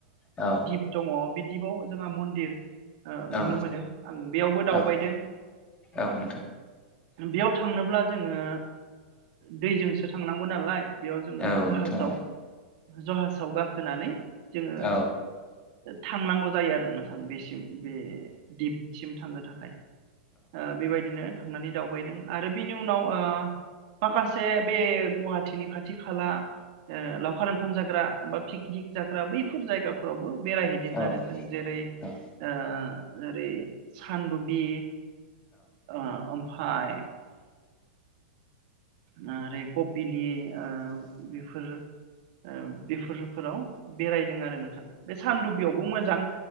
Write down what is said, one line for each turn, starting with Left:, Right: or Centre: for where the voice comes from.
Left: औ
Right: दिप दङ बे दिपआव <unintelligible> मन्दिर
Left: औ
Right: नुनो मोनो आं बेयावबो दावबायदों
Left: औ औ नोंथां
Right: बेयाव थांनोब्ला जोङो दैजोंसो थांनांगौ नालाय बेयाव जोङो
Left: औ
Right: जाहाजाव
Left: नोंथां
Right: जहाजाव गाखोनानै जोङो
Left: औ नोंथां औ
Right: थांनांगौ जायो आरो नोंथां बेसिम बे दिपसिम थांनो थाखाय ओ बेबायदिनो थांनानै दावबायदों आरो बिनि उनाव ओ माखासे बे गुवाहाटिनि खाथि खाला लावखार ओंखाम जाग्रा बा पिकनिक जाग्रा बैफोर जायगाफोरावबो बेरायहैदों
Left: औ नोंथां औ
Right: आरो जों जेरै
Left: औ
Right: जेरै सान्दबि ओ ओम हाय नारेकपिलिये ओ बेफोर ओ बेफोरफोराव बेरायदों आरो नोंथां बे सानदुबियावबो मोजां